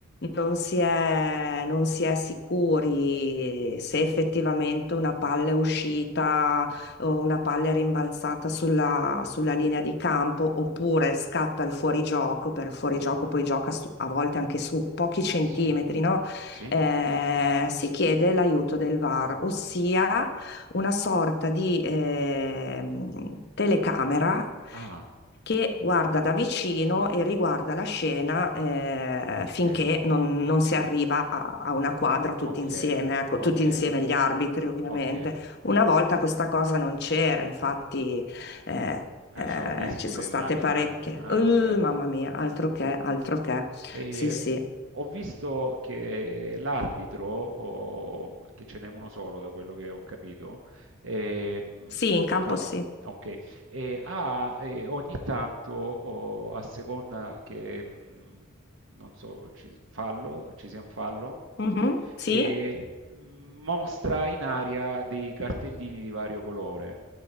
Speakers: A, on the left (about 50°); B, on the right (about 70°).
A: non si è, non si è sicuri se effettivamente una palla è uscita o una palla è rimbalzata sulla, sulla linea di campo oppure scatta il fuorigioco, per il fuorigioco poi gioca su- a volte anche su pochi centimetri,
B: Sì?
A: no?
B: Sì?
A: Eh, si chiede l'aiuto del VAR, ossia una sorta di ehm, telecamera
B: Ah,
A: che guarda da vicino e riguarda la scena eh,
B: ok,
A: finché non, non si arriva a, a una quadra tutti
B: ok,
A: insieme, ecco, tutti
B: ok,
A: insieme gli arbitri ovviamente.
B: ok.
A: Una volta questa cosa non c'era, infatti eh,
B: Eh,
A: eh,
B: c'è una disputa
A: ci sono
B: immagino,
A: state parecchie.
B: eh?
A: Uh,
B: Eh, certo.
A: mamma mia, altro che, altro che.
B: E
A: Sì, sì.
B: ho visto che l'arbitro, o- che ce n'è uno solo da quello che ho capito, ehm,
A: Sì, in campo
B: no?
A: sì.
B: Ok, e ha eh, ogni tanto, o a seconda che, mh, non so, ci, fallo, ci sia un fallo,
A: Mhm, Sì,
B: e mh, mostra in aria dei cartellini di vario colore.